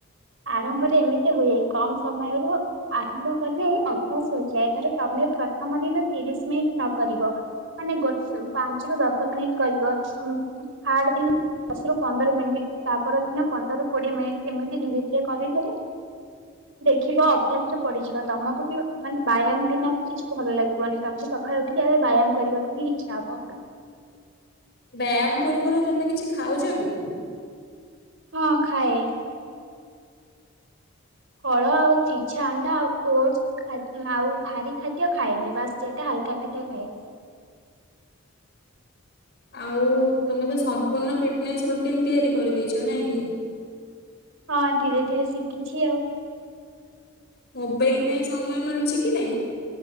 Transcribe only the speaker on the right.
ଆରମ୍ଭରେ ଏମିତି ହୁଏ କମ ସମୟରୁ ଆରମ୍ଭ କଲେ ଅଭ୍ୟାସ ହୋଇଯାଏ ‌। ଧର ତମେ ପ୍ରଥମ ଦିନ ତିରିଶ ମିନିଟ ନ କରିବ ମାନେ ଗୋଟ ପାଞ୍ଚରୁୁ ଦଶ ମିନିଟ୍ କରିବ ଥାଡ ଦିନ ଦଶ ରୁ ପନ୍ଦର ମିନିଟ୍ ତାପ ଦିନ ପନ୍ଦରରୁ କୋଡିଏ ମିନିଟ୍ ଏମିତି ଧୀରେ ଯିଏ କରି ଦିଏ ଦେଖିବ ଅଭ୍ୟାସ ରେ ପଡିଯିବ ତମକୁ ବି ମାନେ ବ୍ୟାୟାମ ବିନା କିଛି ଭଲ ଲାଗିବନି ତମକୁ ସକାଳୁ ଉଠିକି ଆଗେ ବ୍ୟାୟାମ କରିବାକୁ ହିଁ ଇଚ୍ଛା ହବ।
ହଁ ଖାଏ। ଫଳ ଆଉ ସିଝା ଅଣ୍ଡା ଆଉ ଓଡ୍ସ ଆଉ ଭାରି ଖାଦ୍ୟ ଖାଏନି ବାସ୍ ଯେତେ ହାଲକା ଖାଦ୍ୟ ଖାଏ।
ହଁ ଧୀରେ ଧୀରେ ଶିଖିଛି ଆଉ।